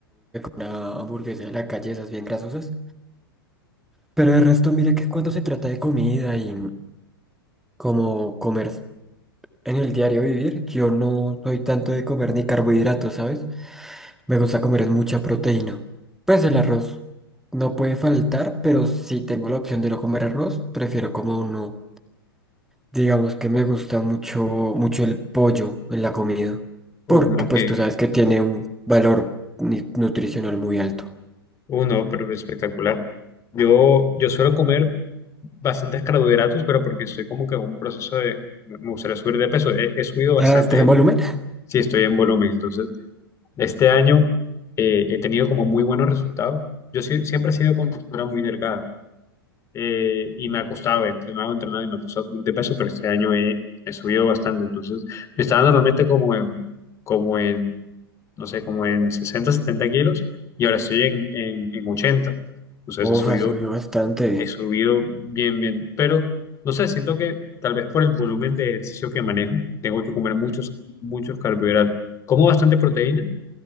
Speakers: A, in the centre; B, on the left.
A: una hamburguesa de la calle, esas bien grasosas. Pero el resto, mira que cuando se trata de comida y como comer. en el diario vivir, yo no soy tanto de comer ni carbohidratos, ¿sabes? Me gusta comer es mucha proteína. Pues el arroz no puede faltar, pero si tengo la opción de no comer arroz, prefiero como uno. Digamos que me gusta mucho, mucho el pollo en la comida, porque
B: Uf, no,
A: pues
B: que,
A: tú sabes que tiene un valor ni- nutricional muy alto.
B: uh, no, pero espectacular. Yo, yo suelo comer bastantes carbohidratos, pero porque estoy como que en un proceso de, me me gustaría subir de peso. He, he subido bastante,
A: Ah, ¿estás
B: de
A: en
B: hecho.
A: volumen?
B: Sí, estoy en volumen. Entonces, este año eh, he tenido como muy buenos resultados. Yo sí- siempre he sido con textura muy delgada. eh, y me ha costado, he entrenado, entrenado y me ha costado subir de peso, pero este año he, he subido bastante. Entonces, me estaba normalmente como en, como en, no sé, como en sesenta setenta kilos y ahora estoy en, en, en ochenta Entonces, he
A: Uf,
B: subido,
A: ha subido bastante.
B: he subido bien, bien. Pero, no sé, siento que tal vez por el volumen de ejercicio que manejo, tengo que comer muchos, muchos carbohidratos. Como bastante proteína,